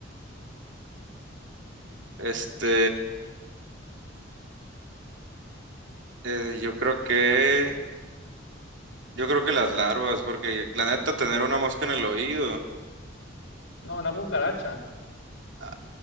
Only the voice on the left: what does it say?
No, una cucaracha.